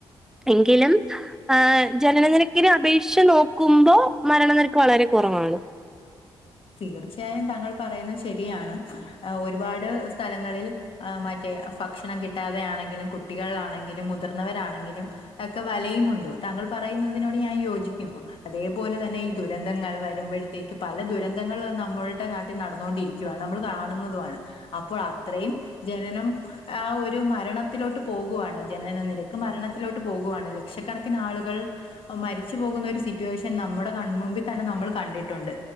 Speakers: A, in the centre; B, on the left (about 55°).
A: എങ്കിലും. ആഹ് ജനനനിരക്കിന് അപേക്ഷിച്ച് നോക്കുമ്പോ മരണനിരക്ക് വളരെ കുറവാണ്.
B: തീർച്ചയായും താങ്കൾ പറയുന്നത് ശരിയാണ് ഒരുപാട് സ്ഥലങ്ങളിൽ. ആഹ് മറ്റേ ഭക്ഷണം കിട്ടാതെ ആണെങ്കിലും കുട്ടികളാണെങ്കിലും മുതിർന്നവരാണെങ്കിലും. ഒക്കെ വലയുന്നുണ്ട് താങ്കൾ പറയുന്നതിനോട് ഞാൻ യോജിക്കുന്നു അതേപോലെ തന്നെ ഈ ദുരന്തങ്ങൾ. വരുമ്പോഴത്തേക്ക് പല ദുരന്തങ്ങൾ നമ്മളുടെ നാട്ടിൽ നടന്നുകൊണ്ടിരിക്കുവയാണ് നമ്മൾ കാണുന്നതുമാണ്. അപ്പോൾ അത്രയും ജനനം. ആഹ് ഒരു മരണത്തിലോട്ട് പോകുവയാണ് ജനനനിലക്ക് മരണത്തിലോട്ട് പോകുവാണ് ലക്ഷക്കണക്കിന് ആളുകൾ. ഇപ്പ മരിച്ചു പോകുന്ന ഒരു സിറ്റുവേഷൻ നമ്മുടെ കൺ മുമ്പിൽ തന്നെ നമ്മൾ കണ്ടിട്ടുണ്ട്.